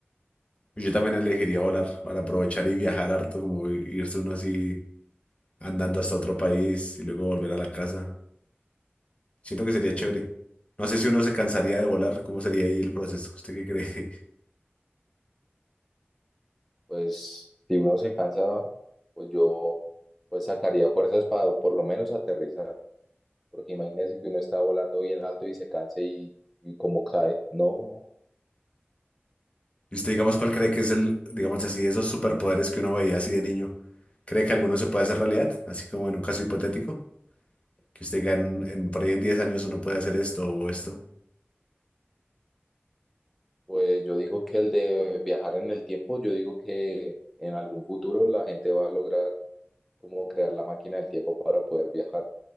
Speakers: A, on the left; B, in the centre.
A: Pues Yo también elegiría volar para aprovechar y viajar harto, como i- irse uno así andando hasta otro país y luego volver a la casa. Siento que sería chévere. No sé si uno se cansaría de volar, ¿cómo sería ahí el proceso? ¿Usted qué cree?
B: Pues si uno se cansa, pues yo pues sacaría fuerzas para por lo menos aterrizar. porque imagínese que uno está volando bien alto y se canse y, y cómo cae. No,
A: ¿Y usted, digamos, cuál cree que es el, digamos así, de esos superpoderes que uno veía así de niño? ¿Cree que alguno se puede hacer realidad? Así como en un caso hipotético, que usted diga en, en- por ahí en 10 años uno puede hacer esto o esto.
B: pues yo digo que el de viajar en el tiempo, yo digo que en algún futuro la gente va a lograr como crear la máquina del tiempo para poder viajar.